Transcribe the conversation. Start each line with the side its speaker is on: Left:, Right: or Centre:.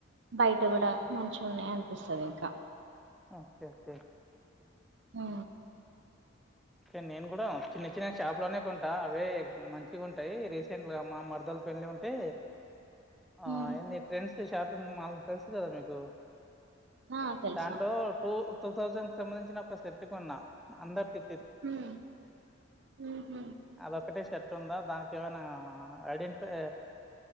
Right: బయట కూడా మంచిగా ఉన్నయి అనిపిస్తది ఇంకా.
Centre: Okay okay.
Right: హ్
Centre: అయితే నేను కూడా చిన్నయి శినయి షాప్ లోనే కొంటా అవే మంచిగా ఉంటయి, రీసెంట్గా మా మరదలు పెళ్లి ఉంటే ఆ
Right: ఉమ్.
Centre: ఏంది ట్రెండ్స్ ది షాపింగ్ మాల్ తెలుసు కదా మీకు
Right: ఆ తెలుసా
Centre: దాంట్లో టూ టూ థౌసండ్ కు సంబంధించిన ఒక సెట్ కొన్నా అందరు తి
Right: ఉ ఉహ్.
Centre: అదొకటే షర్ట్ ఉందా దానికి ఏమైనా ఐడెంటిఫై